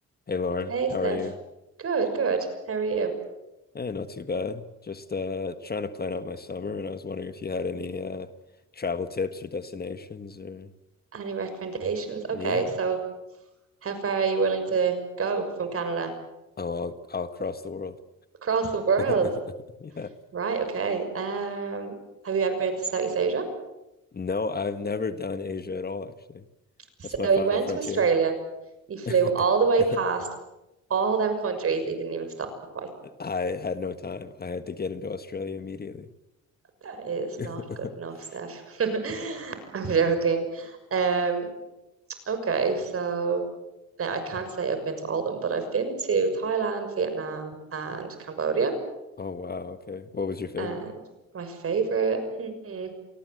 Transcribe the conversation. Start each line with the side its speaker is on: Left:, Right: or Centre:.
Left: Hey Lauren,
Right: Hey Steph.
Left: how are you?
Right: Good, good. How are you?
Left: Eh, not too bad. Just uh trying to plan out my summer and I was wondering if you had any uh travel tips or destinations or
Right: Any recommendations?
Left: yeah.
Right: Okay, so how far are you willing to go from Canada?
Left: Oh, I'll I'll cross the world.
Right: Across the world.
Left: <laughs> Yeah.
Right: Right, okay. Um, have you ever been to Southeast Asia?
Left: No, I've never done Asia at all actually.
Right: So
Left: That's my final
Right: you went
Left: frontier.
Right: to Australia, you flew
Left: <laughs>
Right: all the way past all them countries you didn't even stop by.
Left: I had no time. I had to get into Australia immediately.
Right: That is
Left: <laughs>
Right: not good enough, Steph. <laughs> I'm joking. Um, okay, so now I can't say I've been to all of them, but I've been to Thailand, Vietnam, and Cambodia.
Left: Oh wow, okay. What was your favorite?
Right: And my favorite, hmm,